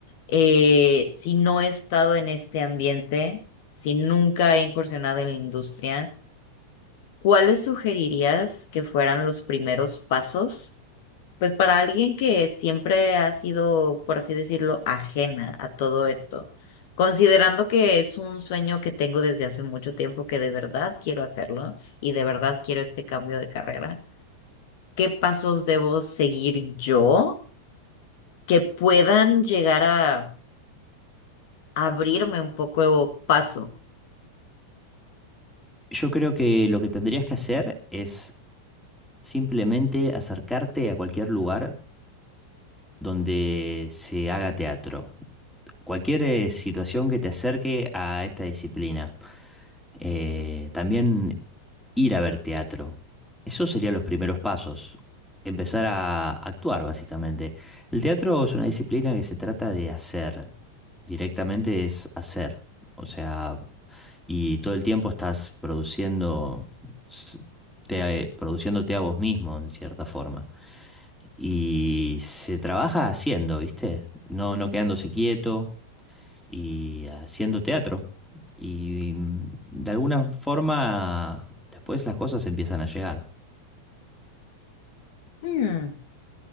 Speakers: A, on the left; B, in the centre.
A: Eh, si no he estado en este ambiente, si nunca he incursionado en la industria, ¿cuáles sugerirías que fueran los primeros pasos? Pues para alguien que siempre ha sido, por así decirlo, ajena a todo esto, considerando que es un sueño que tengo desde hace mucho tiempo que de verdad quiero hacerlo y de verdad quiero este cambio de carrera qué pasos debo seguir yo que puedan llegar a abrirme un poco paso.
B: yo creo que lo que tendrías que hacer es simplemente acercarte a cualquier lugar donde se haga teatro. Cualquier eh, situación que te acerque a esta disciplina. Eh, también ir a ver teatro. Esos serían los primeros pasos. Empezar a actuar, básicamente. El teatro es una disciplina que se trata de hacer. Directamente es hacer. O sea, y todo el tiempo estás produciendo. s- te- eh, produciéndote a vos mismo, en cierta forma. Y se trabaja haciendo, ¿viste? No, no quedándose quieto y haciendo teatro. Y mm, de alguna forma, después las cosas empiezan a llegar.
A: Mm,